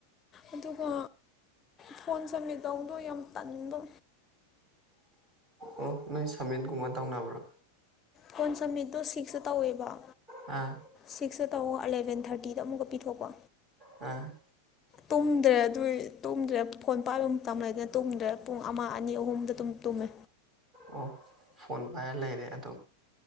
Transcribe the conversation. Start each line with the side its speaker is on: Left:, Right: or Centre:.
Left: ꯑꯗꯨꯒ ꯐꯣꯟ ꯁꯃꯤꯠ ꯇꯧꯕꯗꯣ ꯌꯥꯝ ꯇꯟꯕ
Right: ꯑꯣ ꯅꯣꯏ ꯁꯃꯤꯠꯒꯨꯝꯕ ꯇꯧꯅꯕ꯭ꯔꯥ
Left: ꯐꯣꯟ ꯁꯃꯤꯠꯗ‌ꯣ ꯁꯤꯛꯁꯇ ꯇꯧꯋꯦꯕ
Right: ꯑꯥ
Left: ꯁꯤꯛꯁꯗ ꯇꯧ ꯑꯦꯂꯕꯦꯟ ꯊꯥꯔꯇꯤꯗ ꯑꯃꯨꯛꯀ ꯄꯤꯊꯣꯛꯄ
Right: ꯑ
Left: ꯇꯨꯝꯗ꯭ꯔꯦ ꯑꯗꯨꯢ ꯇꯨꯝꯗ꯭ꯔꯦ ꯐꯣꯟ ꯄꯥꯏꯕ ꯃꯇꯝ ꯂꯩꯗꯦ ꯇꯨꯝꯗ꯭ꯔꯦ ꯄꯨꯡ ꯑꯃ ꯑꯅꯤ ꯑꯍꯨꯝꯗ ꯑꯗꯨꯝ ꯇꯨꯝꯃꯦ
Right: ꯑꯣ ꯐꯣꯟ ꯄꯥꯏꯔ ꯂꯩꯔꯦ ꯑꯗꯨ